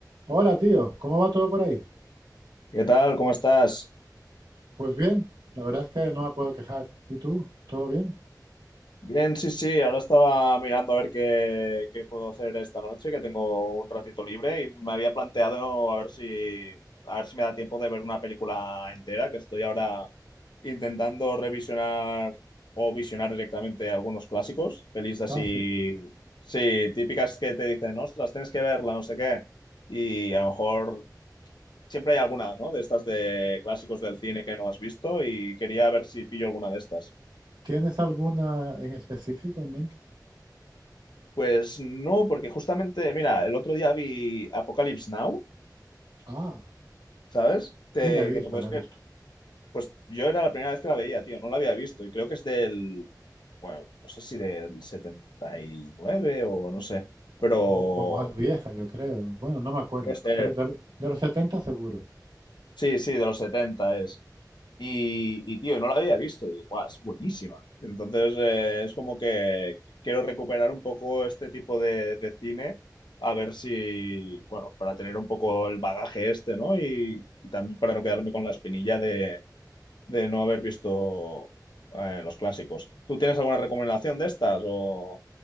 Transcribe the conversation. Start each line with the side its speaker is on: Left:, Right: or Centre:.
Right: Hola, tío, ¿cómo va todo por ahí?
Left: ¿Qué tal? ¿Cómo estás?
Right: Pues bien, la verdad es que no me puedo quejar. ¿Y tú? ¿Todo bien?
Left: Bien, sí, sí, ahora estaba mirando a ver qué, qué puedo hacer esta noche, que tengo un ratito libre y me había planteado a ver si, a ver si me da tiempo de ver una película entera, que estoy ahora intentando revisionar o visionar directamente algunos clásicos, pelis así,
Right: Ah, sí.
Left: sí, típicas que te dicen, ostras, tienes que verla, no sé qué, y a lo mejor siempre hay alguna, ¿no? De estas de clásicos del cine que no has visto y quería ver si pillo alguna de estas.
Right: ¿Tienes alguna en específico en mente?
Left: Pues no, porque justamente, mira, el otro día vi Apocalypse Now,
Right: Ah,
Left: ¿sabes? Te-
Right: sí, la he visto,
Left: que te puedes
Right: la he
Left: creer.
Right: visto.
Left: Pues yo era la primera vez que la veía, tío, no la había visto y creo que es del, bueno, no sé si del 79 o no sé, pero
Right: O, o más vieja, yo creo. Bueno, no me acuerdo,
Left: puede ser.
Right: pero de, lo- de los setenta seguro.
Left: Sí, sí, de los 70 es. Y, y, tío, no la había visto y buah, es buenísima. Entonces eh, es como que quiero recuperar un poco este tipo de, de cine, a ver si, bueno, para tener un poco el bagaje este, ¿no? Y, y también para no quedarme con la espinilla de, de no haber visto eh, los clásicos. ¿Tú tienes alguna recomendación de estas? O,